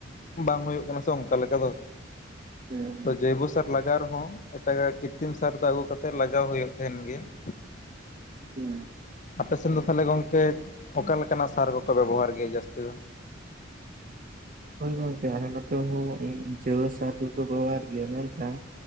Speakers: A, on the left; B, on the right.
A: ᱵᱟᱝ ᱦᱩᱭᱩᱜ ᱠᱟᱱᱟ ᱥᱮ ᱚᱱᱠᱟ ᱞᱮᱠᱟ ᱫᱚ ᱾
B: ᱦᱩᱸ
A: ᱛᱚ ᱡᱚᱭᱵᱩ ᱥᱟᱨ ᱞᱟᱜᱟ ᱨᱦᱚᱸ ᱮᱴᱟᱜ-ᱟᱜ ᱠᱤᱛᱨᱤᱢ ᱥᱟᱨ ᱫᱚ ᱟᱜᱩ ᱠᱟᱛ ᱛᱮ ᱞᱟᱡᱟᱣ ᱦᱩᱭᱩᱜ ᱛᱟᱦᱮᱱ ᱜᱮᱭᱟ ᱾
B: ᱦᱩᱸ
A: ᱟᱯᱮ ᱥᱮᱱ ᱫᱚ ᱛᱟᱦᱚᱞᱮ ᱜᱚᱝᱠᱮ ᱚᱠᱟ ᱞᱮᱠᱟᱱᱟᱜ ᱥᱟᱨ ᱠᱚᱠᱚ ᱵᱮᱵᱚᱦᱟᱨ ᱜᱮᱭᱟ ᱡᱟᱹᱥᱛᱤ ᱫᱚ?
B: ᱦᱳᱭ ᱜᱚᱝᱠᱮ ᱟᱞᱮ ᱱᱚᱛᱮ ᱦᱚᱸ ᱡᱩᱣᱟ ᱥᱟᱨ ᱜᱮᱠᱚ ᱵᱮᱵᱚᱦᱟᱨ ᱜᱮᱭᱟ ᱢᱮᱱᱠᱷᱟᱱ